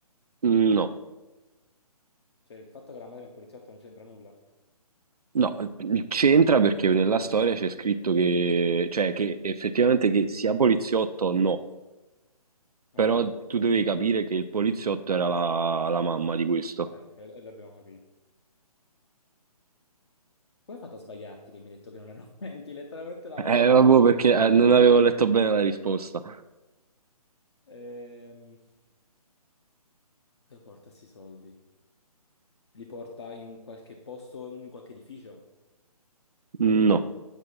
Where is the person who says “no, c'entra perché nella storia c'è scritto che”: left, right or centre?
Right